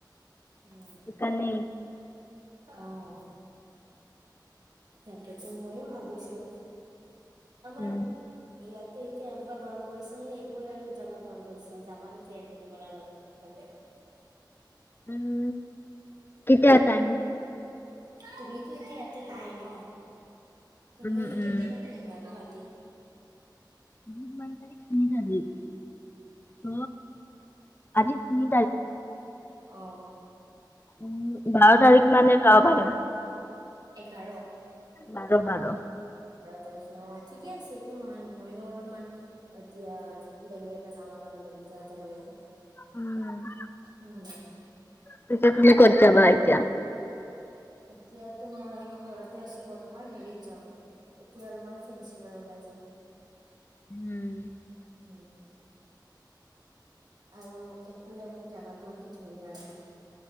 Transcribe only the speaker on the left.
সেইকাৰণেই।
উম,
উম কেতিয়া টাইম?
উম, উম,
আজি কিমান তাৰিখ? তিনি তাৰিখ। ত' আজি তিনি
উ, বাৰ তাৰিখ মানে যাব পাৰিম।
বাৰ-বাৰ।
উম,
তিয়া তুমি ক'ত যাবা এতিয়া
<unintelligible>